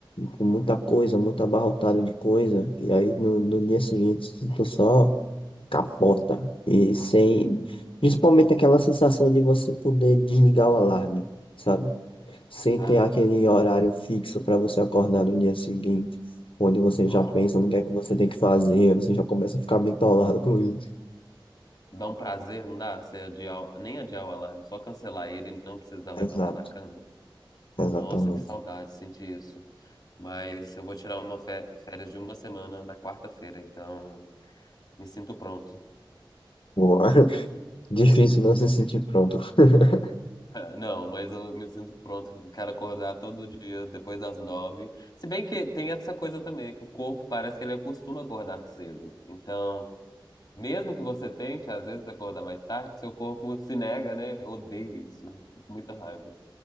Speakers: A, on the left; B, on the left.
A: Com muita coisa, muito abarrotado de coisa. E aí no, no dia seguinte tu só capota. E sem. Principalmente aquela sensação de você poder desligar o alarme, sabe? sem ter
B: Ai,
A: aquele horário fixo para você acordar no dia seguinte, onde você
B: nossa,
A: já pensa no que é que você tem que fazer, você já começa a ficar bitolado com isso.
B: dá um prazer, não dá? Você adiar, o- nem adiar o alarme, só cancelar ele e não precisar levantar
A: Exato,
B: da cama.
A: exatamente.
B: Nossa, que saudade de sentir isso. Mas eu vou tirar uma fé- férias de uma semana na quarta-feira, então me sinto pronto.
A: Boa. <laughs> Difícil não se sentir pronto. <laughs>
B: <laughs> É, Não, mas eu me sinto pronto, quero acordar todo dia depois das nove. Se bem que tem essa coisa também, que o corpo parece que ele acostuma acordar cedo. Então, mesmo que você tente, às vezes, acordar mais tarde, seu corpo se nega, né? Eu Odeio isso, fico com muita raiva.